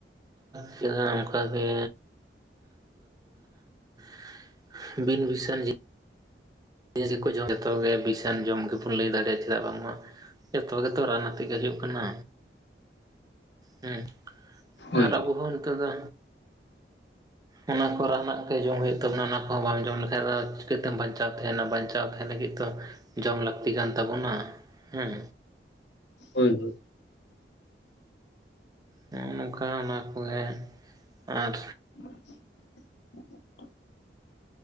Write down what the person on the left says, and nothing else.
ᱦᱳᱭ
ᱦᱳᱭ
ᱦᱳᱭ ᱦᱳᱭ
<inaudible>